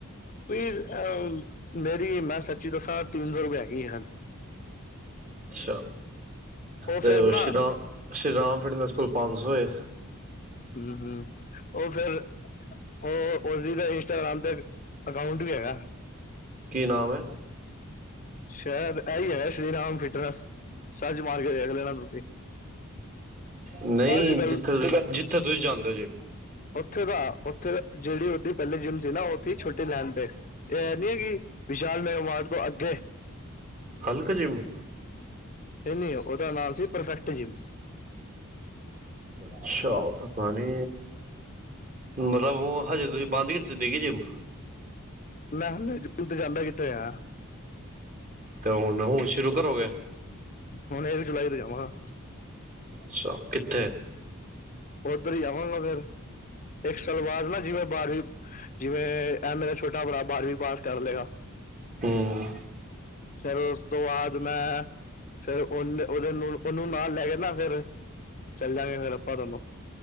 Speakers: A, on the left; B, on the right.
A: ਫਿਰ, ਮੇਰੀ ਮੈਂ ਸੱਚੀ ਦੱਸਾਂ ਤਿੰਨ-ਸੋ ਰੁਪਏ ਹੈਗੀ ਏ, ਹਾਂਜੀ।
B: ਅੱਛਾ।
A: ਉਹ ਫਿਰ
B: ਤੇ, ਓਹ
A: ਨਾ
B: ਸ਼੍ਰੀਰਾਮ, ਸ਼੍ਰੀਰਾਮ ਫਿਟਨੇਸ ਕੋਲ ਪੰਜ-ਸੋ ਏ।
A: ਹੂੰ, ਹੂੰ, ਓਹ ਫੇਰ ਓਹ, ਓਦੀ ਤਾਂ ਇੰਸਟਾਗ੍ਰਾਮ ਤੇ ਅਕਾੰਊਂਟ ਵੀ ਹੈਗਾ।
B: ਕੀ ਨਾਮ ਐ?
A: ਸ਼ਾਇਦ ਐਹ ਹੀ ਹੈ, ਸ਼੍ਰੀਰਾਮ ਫਿਟਨੈਸ ਸਰਚ ਮਾਰਕੇ ਦੇੇਖ ਲੇਣਾ ਤੁਸੀਂ।
B: ਨਹੀਂ,
A: ਅੱਜ ਕੱਲ
B: ਜਿੱਥੇ, ਜਿੱਥੇ ਤੁਸੀਂ ਜਾਂਦੇ ਓ, ਜੀ।
A: ਓਥੇ ਦਾ, ਓਥੇ ਜਿਹੜੀ ਉਹਦੀ ਪਹਿਲੇ ਜਿੰਮ ਸੀ ਨਾ, ਓੱਥੇ ਈ, ਛੋੱਟੀ ਲਾਇਣ ਤੇ। ਇਹ ਐਨੀ ਹੈਗੀ, ਵਿਸ਼ਾਲ ਮੈਗਮਾਨ ਤੋਂ ਅੱਗੇ?
B: ਹਲਕਾ ਜਿੰਮ।
A: ਨਹੀਂ-ਨਹੀ ਉਹਦਾ ਨਾਮ ਸੀ, ਪਰਫੈਕਟ ਜਿੰਮ।
B: ਅੱਛਾ, ਪਤਾ ਨੀ ਮਤਲਬ ਓ ਹਜੇ, ਤੁਸੀਂ ਬੰਦ ਕੀਤੀ ਦੀਗੀ ਜਿੰਮ?
A: ਮੈਂ ਹਲੇ ਜੂਨ ਤੇ ਜਾਂਦਾ ਕਿੱਥੇ ਆ
B: ਤੇ, ਹੁਨ, ਓਨ ਸ਼ੁਰੂ ਕਰੋਗੇ?
A: ਹੁਣ, ਇਹ ਵੀ ਜੁਲਾਈ ਤੋਂ ਜਾਵਾਂਗਾ।
B: ਅੱਛਾ, ਕਿੱਥੇ?
A: ਉਧਰ ਹੀ ਜਾਵਾਂਗਾ ਮੈਂ ਫਿਰ, ਇੱਕ ਸਾਲ ਬਾਅਦ ਨਾ ਜਿਂਵੇ ਬਾਰਵੀਂ, ਜਿਵੇਂ ਐ ਮੇਰਾ ਛੋਟਾ-ਭਰਾ ਬਾਰ੍ਹਵੀਂ ਪਾਸ ਕਰਲੇਗਾ।
B: ਹੂੰ
A: ਫਿਰ ਉਸ ਤੋਂ ਬਾਅਦ, ਮੈਂ' ਫੇਰ ਉਹਲ, ਉਹਦੇ ਨੂੰ, ਉਹਨੂੰ ਨਾਲ ਲੈਕੇ ਨਾ ਫਿਰ ਚੱਲ ਜਾਂਗੇ ਫਿਰ ਆਪਾਂ ਦੋਨੋਂ